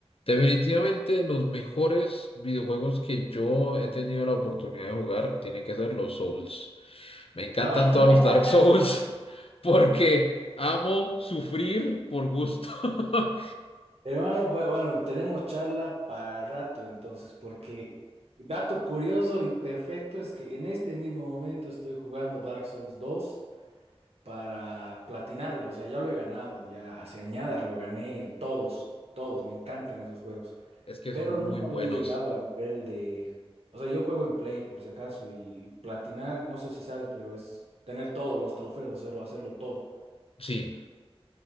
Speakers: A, on the left; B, on the right.
A: Definitivamente los mejores videojuegos que yo he tenido la oportunidad de jugar tienen que ser los Souls. Me encantan
B: Ah,
A: todos los Dark
B: <laughs>
A: Souls <laughs> porque amo sufrir por gusto. <laughs>
B: hermano, bu- bueno, tenemos charla para rato entonces, porque dato curioso y perfecto es que en este mismo momento estoy jugando Dark Souls dos para platinarlo, o sea, ya lo he ganado, ya hace añadas lo gané, el- todos, todos, me encantan esos juegos,
A: Es que
B: pero
A: son
B: nunca
A: muy buenos.
B: lo he llegado al nivel de, o sea, yo juego en Play por si acaso y, y platinar, no sé si sabes, pero es tener todos los trofeos, hacerlo, hacerlo todo.
A: Sí.